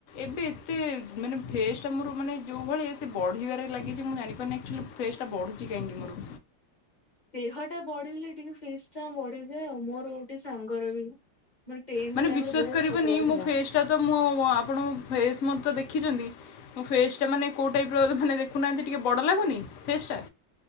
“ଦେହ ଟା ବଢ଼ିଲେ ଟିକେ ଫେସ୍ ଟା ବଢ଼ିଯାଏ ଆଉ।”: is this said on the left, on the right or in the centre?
Left